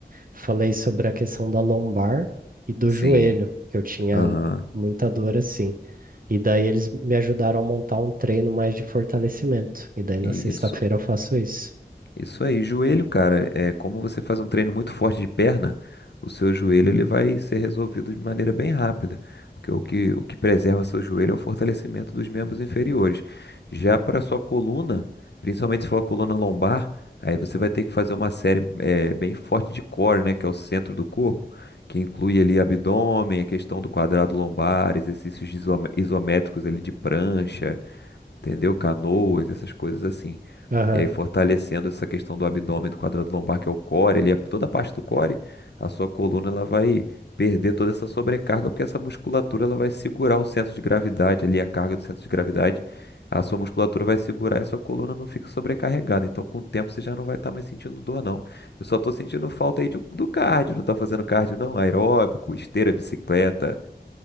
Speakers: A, on the right; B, on the left.
A: falei sobre a questão da lombar e do
B: Sim.
A: joelho, que eu tinha
B: Aham.
A: muita dor assim. E daí eles me ajudaram a montar um treino mais de fortalecimento. E daí
B: Isso.
A: na sexta-feira eu faço isso.
B: Isso aí, joelho, cara, é como você faz um treino muito forte de perna, o seu joelho ele vai ser resolvido de maneira bem rápida, porque o que, o que preserva seu joelho é o fortalecimento dos membros inferiores. Já para sua coluna, principalmente se for a coluna lombar, aí você vai ter que fazer uma série é, bem forte de core, né, que é o centro do corpo, que inclui ali abdômen, a questão do quadrado lombar, exercícios de isome- isométricos ali de prancha entendeu? Canoas, essas coisas assim.
A: Aham.
B: E aí fortalecendo essa questão do abdômen, do quadrado lombar, que é o core, ele é toda a parte do core, a sua coluna ela vai perder toda essa sobrecarga, porque essa musculatura ela vai segurar o centro de gravidade ali, a carga do centro de gravidade, a sua musculatura vai segurar e a sua coluna não fica sobrecarregada. Então, com o tempo, você já não vai estar mais sentindo dor, não. Eu só tô sentindo falta aí de- do cardio, não tá fazendo cardio, não? Aeróbico, esteira, bicicleta.